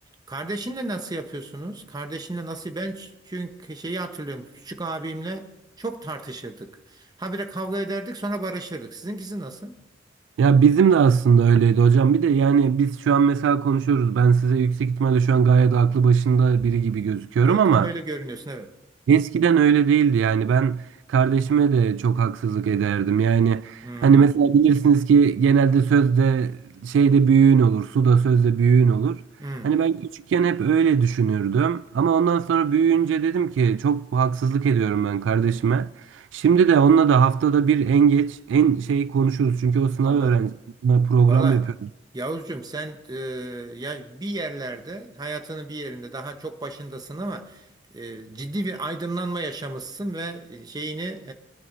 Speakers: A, on the right; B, on the right.
A: Kardeşinle nasıl yapıyorsunuz? Kardeşinle nasıl? Ben ç- çünkü şeyi hatırlıyorum. Küçük abimle çok tartışırdık. Habire kavga ederdik sonra barışırdık. Sizinkisi nasıl?
B: Ya bizim de aslında öyleydi hocam. Bir de yani biz şu an mesela konuşuyoruz. Ben size yüksek ihtimalle şu an gayet aklı başında biri gibi gözüküyorum
A: Evet,
B: ama
A: tam öyle görünüyorsun evet.
B: Eskiden öyle değildi yani ben kardeşime de çok haksızlık ederdim yani
A: Hmm,
B: hani mesela bilirsiniz ki genelde sözde şeyde büyüğün olur suda sözde büyüğün olur.
A: hmm,
B: Hani ben küçükken hep öyle düşünürdüm ama ondan sonra büyüyünce dedim ki çok haksızlık ediyorum ben kardeşime. Şimdi de onunla da haftada bir en geç en şey konuşuruz çünkü o sınav
A: anladım.
B: öğrencisi sınav program
A: Valla
B: yapıyor.
A: Yavuzcum sen e, ya bir yerlerde hayatının bir yerinde daha çok başındasın ama e, ciddi bir aydınlanma yaşamışsın ve şeyini e,